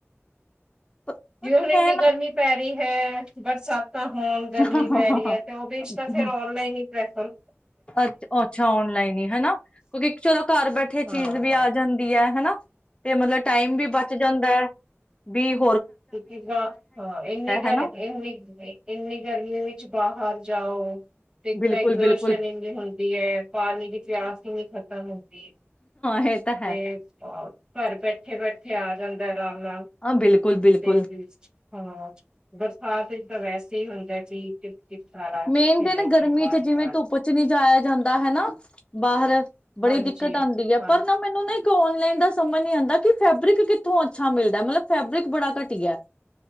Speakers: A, on the left; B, on the right.
A: ਪ- ਪਰ
B: ਜ ਹੁਣ ਇੰਨੀ
A: ਮੈਂ ਨਾ
B: ਗਰਮੀ ਪੈ ਰਹੀ ਹੈ ਬਰ ਚ ਤਾਂ ਹੁਣ ਗਰਮੀ
A: ਹਾਂ
B: ਪੈ
A: ਹਾਂ ਹਾਂ
B: ਰਹੀ ਹੈ
A: ਹਮ
B: ਤੇ ਉਹਦੇ ਤਾਂ ਫੇਰ ਔਨਲਾਈਨ ਹੀ ਰਫਲ
A: ਅੱ ਅੱਛਾ ਔਨਲਾਈਨ ਹੀ ਹਨਾ ਕਿਉਂਕਿ ਚਲੋ ਘਰ ਬੈਠੇ ਚੀਜ਼
B: ਹਾਂ
A: ਵੀ ਆ ਜਾਂਦੀ ਹੈ ਹਨਾ ਤੇ ਮਤਲਬ ਟਾਈਮ ਵੀ ਬਚ ਜਾਂਦਾ ਹੈ ਬਹ
B: ਕਿਉਕਿ ਹਾਂ ਇੰਨੀ ਗਰ
A: ਹਨਾ
B: ਇਨੀ ਇੰਨੀ ਗਰਮੀ ਵਿੱਚ ਬਾਹਰ ਜਾਓ ਤੇ
A: ਬਿਲਕੁਲ
B: ਤਾਂ ਐਗਜੋਸ਼ਨ
A: ਬਿਲਕੁਲ
B: ਹੀ ਹੁੰਦੀ ਹੈ ਪਾਣੀ ਦੀ ਪਿਆਸ ਹੀ ਨੀ ਖ਼ਤਮ ਹੁੰਦੀ
A: ਹੈ ਤਾਂ
B: ਤੇ ਘਰ ਬੈਠੇ ਬਥੇ ਬੈਠੇ ਆ ਜਾਂਦਾ ਆਮ ਰ
A: ਹਾਂ ਬਿਲਕੁਲ ਬਿਲਕੁਲ
B: ਤੇ ਹਾਂ ਬਰਸਾਤ ਤਾਂ ਵੈਸ ਸਹੀ ਹੁੰਦਾ ਕਿ ਸਾਰਾ ਕਿੱਥੇ
A: ਮੇਨ ਤੇ
B: ਜਾਈਏ
A: ਨਾ ਗਰਮੀ
B: ਬਾਹਰ
A: ਚ
B: ਨਿਕਾਲ
A: ਜਿਵੇਂ ਧੁੱਪ ਚ ਨੀ ਜਾਇਆ ਜਾਂਦਾ ਹਨਾ ਬਾਹਰ ਬੜੀ
B: ਹਾਂਜੀ
A: ਦਿੱਕਤ ਆਉਂਦੀ ਹੈ
B: ਹਾਂਜੀ
A: ਪਰ ਨਾ ਮੈਨੂੰ ਨਾ ਇੱਕ ਔਨਲਾਈਨ ਦਾ ਸਮਝ ਨੀ ਆਉਂਦਾ ਕਿ ਫੈਬਰਿਕ ਕਿੱਥੋਂ ਅੱਛਾ ਮਿਲਦਾ ਮਤਲਬ ਫੈਬਰਿਕ ਬੜਾ ਘਟੀਆ